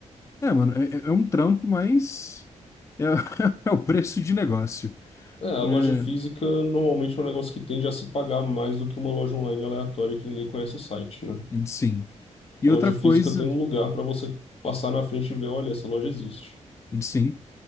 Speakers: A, on the left (about 25°); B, on the left (about 50°).
A: é, mano, é, é um trampo, mas é, <laughs> é o preço de negócio.
B: É, a
A: É,
B: loja física normalmente é um negócio que tende a se pagar mais do que uma loja online aleatória que ninguém conhece o site, né?
A: sim. E
B: A
A: outra
B: loja
A: coisa,
B: física tem um lugar para você passar na frente e ver, olha, essa loja existe.
A: sim.